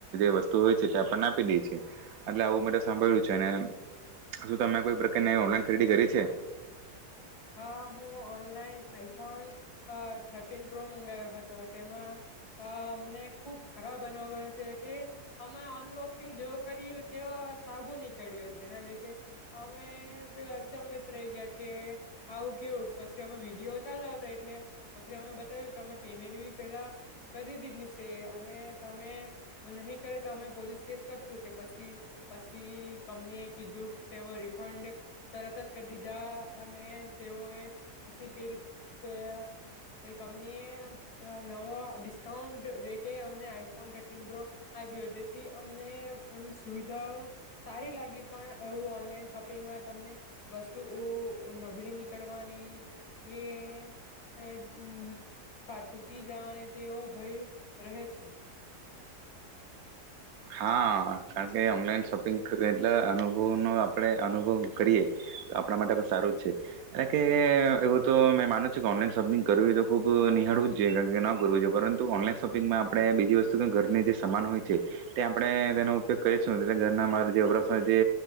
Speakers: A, on the right (about 70°); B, on the left (about 70°).
A: <inaudible> વસ્તુ હોય છે તે આપણને આપી દે છે એટલે આવું મેં તો સાંભળ્યું છે અને શું તમે કોઈ પ્રકારની ઓનલાઈન ખરીદી કરી? છે
B: હા હું ઓનલાઈન આઈ. ફોન અ થર્ટીન પ્રો મંગાવ્યો હતો જેમાં અમને ખુબ ખરાબ અનુભવ છે કે અમે અનબોક્સિંગ જેવ કર્યું તેવો સાબુ નીકળ્યો જેના લીધે અમે પેલો અચંબીત. રહી ગયા કે આવું કેવું પછી અમે વિડીયો ઉતારેલો હતો એટલે પસી અમે બતાયવુ કે અમે પેમેન્ટ બી પેલા કરી દીધલી સે અને તમે નહી કર તો અમે પોલીસ કેસ કરશું તે પસી પસી કંપની એ કીધું તેનો રિફંડ તરત જ. કર દીધા અને તેઓએ પસી પે પે એ કંપનીએ નવો ડિસ્કાઉન્ટ રેટે અમને આઈફોન થર્ટીન પ્રો આયપ્યો. તેથી અમને એમ સુવિધાઓ સારી લાગી, પણ એવું ઓનલાઈન શોપિંગમાં તમને વસ્તુઓ ઓ નબળી નીકળવાની, કે અં ફા ટૂટી જાવાની તેવો ભય રહે છે.
A: હા. કારણકે ઓનલાઈન શોપિંગ કર એટલે અનુભવનો આપણે અનુભવ કરીએ, તો આપણા માટે બ સારું જ છે. એટકે એવું તો મેં માનું છુ કે ઓનલાઈન શોપિંગ કરવું હોય તો ખૂબ નિહાળવું જ જોઈએ. <unintelligible> ના કરવું જોઈએ, પરંતુ ઓનલાઈન શોપિંગમાં આપણે બીજી વસ્તુ કેમ ઘરની જે સામાન હોય છે તે આપણે તેનો ઉપયોગ કરીશું, ઘરના મારા જે વપરાશમાં જે